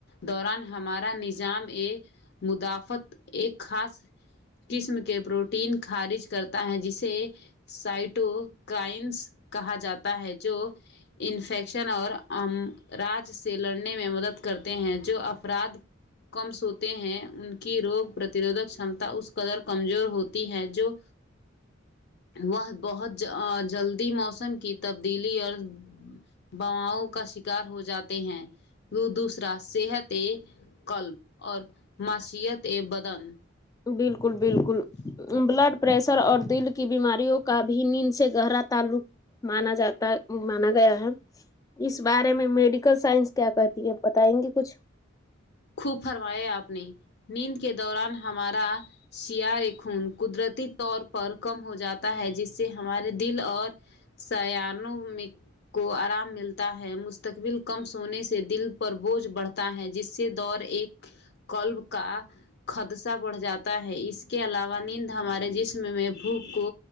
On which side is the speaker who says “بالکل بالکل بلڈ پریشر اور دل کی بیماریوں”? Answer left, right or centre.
Left